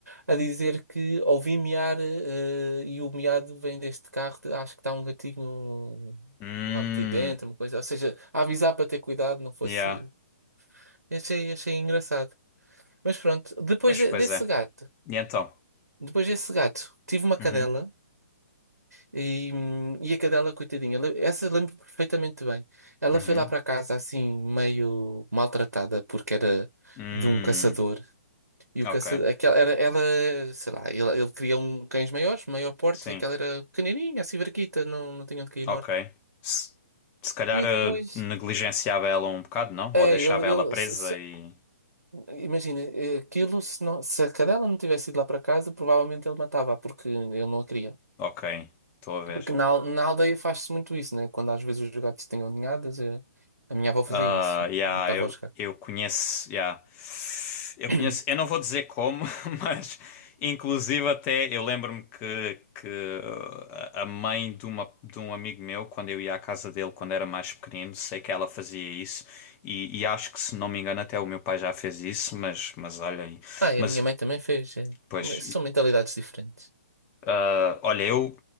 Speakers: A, on the right; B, on the left.
A: a dizer que ouvi miar eh, e o miado vem deste carro, de- acho que está um gatinho
B: hum,
A: lá metido dentro, uma coisa, ou seja, a avisar para ter cuidado, não fosse.
B: yeah,
A: Achei, achei engraçado. Mas pronto, depois
B: pois,
A: de-
B: pois
A: desse
B: é.
A: gato,
B: E então?
A: depois desse gato, tive uma cadela.
B: Uhum.
A: E, hum, e a cadela, coitadinha, le- essa lembro perfeitamente bem. Ela
B: Uhum.
A: foi lá para casa assim, meio maltratada, porque era
B: Hum,
A: de um caçador. E o
B: ok.
A: caçador, aquela, era, ela, sei lá, ele, ele queria um cães maiores, maior porte,
B: Sim,
A: e aquela era pequenininha, assim, verquita, não, não tinha onde cair
B: ok.
A: morta.
B: Se, se calhar
A: E
B: eh,
A: depois,
B: negligenciava ela um bocado, não?
A: é,
B: Ou deixava
A: ele,
B: ela
A: ele
B: presa
A: se- se-
B: e.
A: imagina, eh, aquilo, se, não, se a cadela não tivesse ido lá para casa, provavelmente ele matava, porque ele não a queria.
B: Ok, estou a ver.
A: Porque na, al- na aldeia faz-se muito isso, né? Quando às vezes os gatos têm ninhadas, eh, a minha avó fazia
B: Ah,
A: isso,
B: yeah,
A: matava
B: eu,
A: os gatos.
B: eu conheço, yeah. Eu
A: <clears throat>
B: conheço, eu não vou dizer como, <laughs> mas inclusive até eu lembro-me que, que a a mãe de, uma, de um amigo meu, quando eu ia à casa dele quando era mais pequenino, sei que ela fazia isso e, e acho que se não me engano até o meu pai já fez isso, mas, mas olha aí,
A: Ah, e
B: mas
A: a minha mãe também fez. eh.
B: pois.
A: Mas São mentalidades diferentes.
B: Ah, olha, eu,